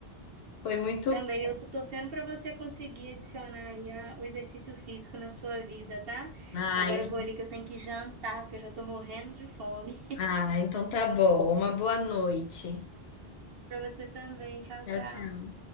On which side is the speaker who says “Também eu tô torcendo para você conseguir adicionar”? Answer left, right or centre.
Right